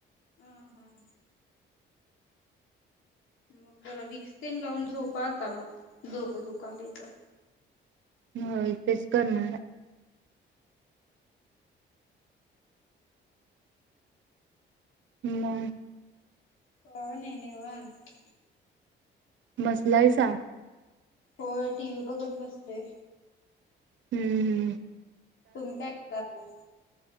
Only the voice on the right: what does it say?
होयं तेेच करणार हा मं.
बसलायसां.
हम्म हम्म.